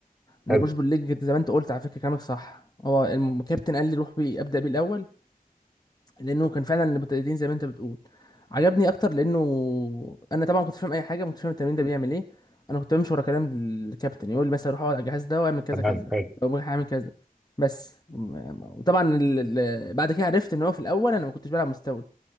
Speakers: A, on the left; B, in the centre.
A: ان
B: حلو
A: بوش بالليج كنت زي ما انت قلت على فكره كلامك صح هو الم- الكابتن قال لي روح بيه ابدا بيه الاول لانه كان فعلا المبتدئين زي ما انت بتقول عجبني اكتر لانه انا طبعا كنت فاهم اي حاجه كنت فاهم التمرين ده بيعمل ايه انا كنت بمشي ورا كلام الكابتن يقول لي مثلا روح اقعد على الجهاز ده واعمل كذا
B: تمام
A: كذا
B: حلو
A: او هعمل كذا بس م- م- وطبعا ال- ال- بعد كده عرفت ان هو في الاول انا ما كنتش بلعب مستوي